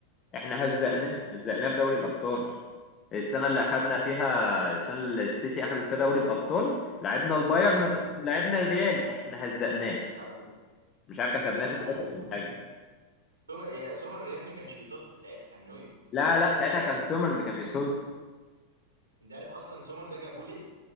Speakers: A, on the left; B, on the right.
A: إحنا هزقناه
B: بيقول
A: هزقناه في دوري الأبطال السنة اللي أخدنا فيها السنة اللي السيتي أخدت فيها دوري الأبطال لعبنا البايرن
B: ايوه
A: لعبنا الريال إحنا هزقناه
B: ايوه
A: مش عارف كسبناه
B: آه،
A: تلاتة
B: آه، هزقت
A: ولا حاجة
B: مين؟ سومر يا سومر يا ابني ما كانش بيصد ساعتها كان نوير
A: لا لا ساعتها كان سومر اللي كان بيصد
B: انت عارف اصلا سومر ده جابوه ليه؟